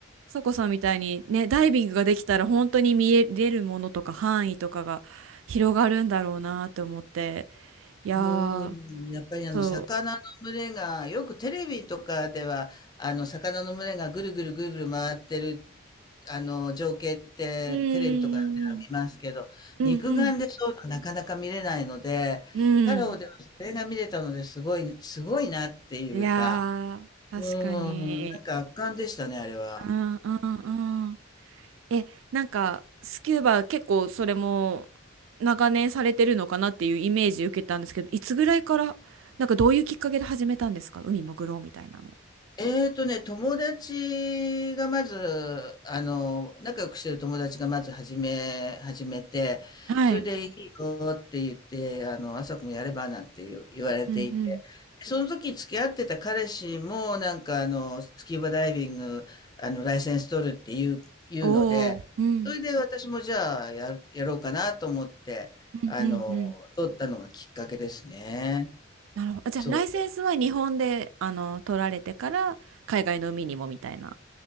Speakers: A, on the right; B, on the left.
A: そこさんみたいにね、ダイビングができたら本当に見えれるものとか範囲とかが広がるんだろうなって思って、いやー、
B: うーん、やっぱりあの魚の群れが、
A: そ
B: よくテレビとかでは、あの魚の群れがぐるぐるぐるぐる回ってる、あの情景ってテレビとかでは見ますけど、
A: う、うん、うん、
B: 肉眼でそういうのなかなか見れないので、
A: うん、うん。
B: パラオではそれが見れたのですごい、
A: うん
B: すごいなっていうか、
A: いやー、確かに。
B: うーん、なんか圧巻でしたね、あれは。
A: うんうんうん。え、なんか、スキューバ結構それも長年されてるのかなっていうイメージ受けたんですけど、いつぐらいから、なんかどういうきっかけで始めたんですか海潜ろうみたいなの。
B: えーとね、友達がまず、あの、仲良くしてる友達がまず始め、始めて、
A: はい。
B: それでいいよって言って、あの、朝子もやればなんて言う言われていて、
A: うんうん。
B: その時付き合ってた彼氏も、なんかあの、スキューバダイビング、あの、ライセンス取るっていう、言うので、
A: おお、うん。
B: それで私もじゃあやる、やろうかなと思って、
A: うんうんうん。
B: あの、取ったのがきっかけですね。
A: なるほど。あ、
B: そう。
A: じゃあ、ライセンスは日本で、あの、取られてから、海外の海にもみたいな